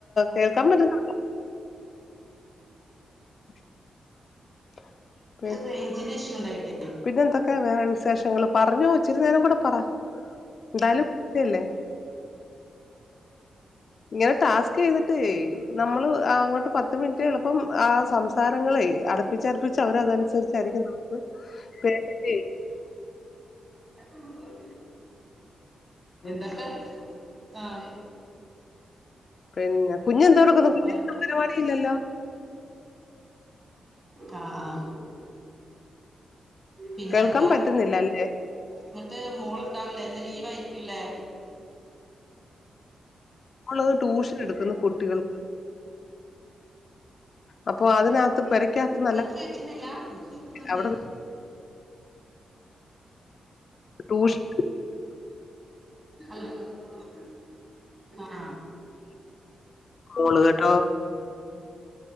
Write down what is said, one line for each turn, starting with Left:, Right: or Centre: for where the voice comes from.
Left: കേൾക്കാൻ പറ്റുന്ന ടോ <inaudible>
Right: റേഞ്ചിന്റെ ഇഷ്യു ഉണ്ടായിട്ടേ?
Left: പിന്നെ എന്തൊക്കെയ വേറെ വിശേഷങ്ങൾ പറഞ്ഞുച്ചിരുന്നേരും കൂടെ പറ എന്തായാലും വില്ലേ ഇങ്ങനനെ ടാസ്ക് ചെയ്തിട്ട്. നമ്മള് അങ്ങോട്ട് പത്ത് മിനിറ്റ് എളുപ്പം ആ സംസാരങ്ങളെ അടുപ്പിച്ചടുപ്പിച്ച് അവര അതനുസരിച്ചായിരിക്കും പേയ്‌മെന്റ് യും.
Right: <inaudible> എന്തൊക്കാ
Left: ഉം
Right: ആഹ്
Left: പിന്നെ കുഞ്ഞ് എന്തോ എടുക്കുന്നു
Right: ആഹ്
Left: അംഗൻവാടി ഇല്ലല്ലോ?
Right: <inaudible> ആഹ് പിന്നെക്കാ
Left: കേൾക്കാൻ പറ്റുന്നില്ല അല്ലേ
Right: എന്നിട്ട് മോള് ഇണ്ടാവൂല്ലേ ഇന്ന് ലീവ് ആയിരിക്കല്ലേ?
Left: മോൾ ട്യൂഷൻ എടുക്കുന്നു കുട്ടികൾക്ക് <inaudible> അപ്പൊ അതിനകത്ത് പെരക്കകത്ത്
Right: നിങ്ങൾക്ക്
Left: നല്ല
Right: കേക്കുന്നില്ല എനിക്ക് കേക്കുന്നുണ്ട്.
Left: അവിടെ ട്യൂഷൻ
Right: ഹലോ ആഹ് ആഹ്
Left: <inaudible> മോള് കേട്ടോ